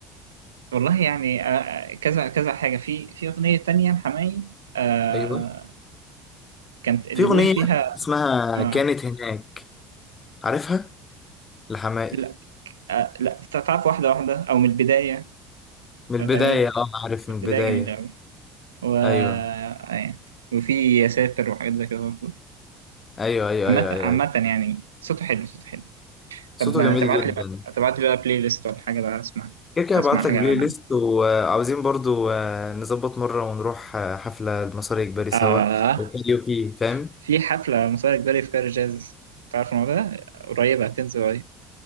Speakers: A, on the right (about 85°); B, on the left (about 30°).
A: والله يعني آه، كذا كذا حاجة في في أغنية تانية لحماقي آه
B: أيوه
A: كانت اللي
B: في أغنية
A: بيقول فيها
B: اسمها
A: آه
B: كانت هناك عارفها الحماقي
A: لا آه لا تعرف واحدة واحدة أو من البداية
B: من
A: ولا
B: البداية
A: غير ده كده.
B: اه عارف
A: من
B: من
A: البداية
B: البداية
A: جميلة أوي و آه،
B: ايوه
A: يعني وفي يا ساتر وحاجات زي كده برضه
B: ايوه ايوه
A: عامة
B: ايوه
A: عامة
B: ايوه, أيوة.
A: يعني صوته حلو صوته حلو طب
B: صوته
A: ما
B: جميل
A: تبعت
B: جدا
A: لي بقى تبعت لي بقى بلاي ليست ولا حاجة بقى أسمع
B: كده كده
A: أسمع
B: هبعت لك
A: حاجة
B: بلاي
A: من
B: ليست
A: عندك
B: وعاوزين برضو آه، نظبط مرة ونروح آه، حفلة المصري الإجباري سوا
A: آه
B: او كاريوكي فاهم
A: في حفلة مسار إجباري في كار جاز تعرف الموضوع ده قريبة هتنزل قريب